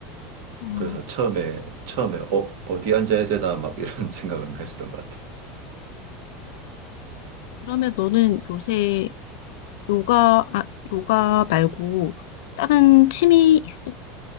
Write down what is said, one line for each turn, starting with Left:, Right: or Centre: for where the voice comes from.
Left: 음,
Right: 그래서 처음에, 처음에, 어, 어디 앉아야 되나 막 이런 <laughs> 생각을 했었던 것 같아.
Left: 그러면 너는 요새 요가, 아, 요가 말고 다른 취미 있어?